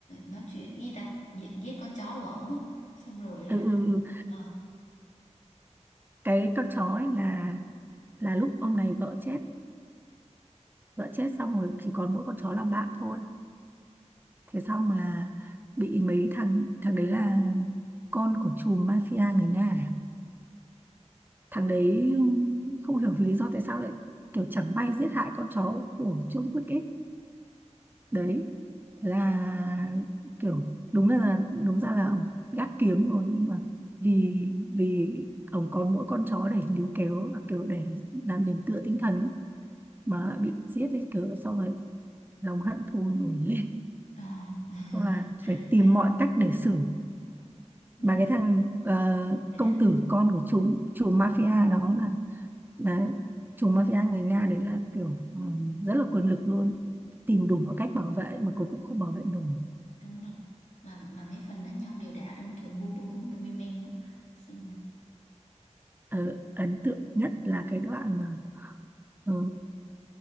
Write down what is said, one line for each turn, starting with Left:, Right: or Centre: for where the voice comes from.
Left: nói chuyện gì ta giết, giết con chó của ổng á xong rồi là
Right: ừ, ừ, ừ.
Left: ờ
Right: cái con chó ấy là là lúc ông này vợ chết vợ chết xong rồi chỉ còn mỗi con chó làm bạn thôi thế xong là bị mấy thằng thằng đấy là con của chùm mafia người Nga à? thằng đấy không hiểu vì lý do tại sao lại kiểu chẳng may giết hại con chó của John Wick ấy đấy thế là kiểu đúng là đúng ra là ông gác kiếm rồi nhưng mà vì vì ông còn mỗi con chó để níu kéo à, kiểu để làm điểm tựa tinh thần ấy, mà bị giết ấy, kiểu xong rồi lòng hận thù nổi lên
Left: ờ, <laughs>
Right: xong là phải tìm
Left: à,
Right: mọi cách để xử
Left: nhớ
Right: mà
Left: rồi
Right: cái thằng
Left: coi
Right: ờ,
Left: đánh nhau đã
Right: công tử con của chủ chủ mafia đó là là chủ mafia người Nga đấy là kiểu ờ, rất là quyền lực luôn tìm đủ mọi cách bảo vệ mà cuối cùng không bảo vệ nổi
Left: đúng rồi mà mà mấy phần đánh nhau đều đã luôn kiểu bum bum bum bem bem bem á. xong rồi
Right: Ờ, ấn tượng nhất là cái đoạn mà ờ,